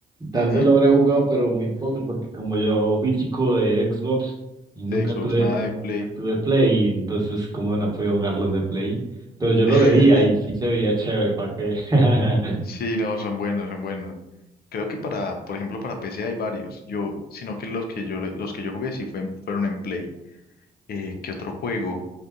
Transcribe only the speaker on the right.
tal
vez lo habré jugado, pero muy poco, porque como yo fui chico de Xbox y nunca
tuve,
nunca
tuve Play, entonces como no podía jugar los de Play, pero yo lo
veía y sí se veía chévere, ¿para qué? <laughs>